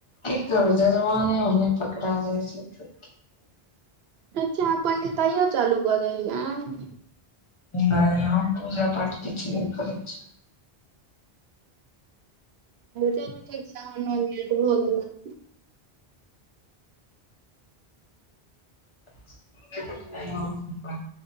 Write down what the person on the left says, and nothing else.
कल बज <unintelligible> ओने पकड़ा द छै।
नहि हम पूजा पाठ किछ नहि करै छी
<inaudible>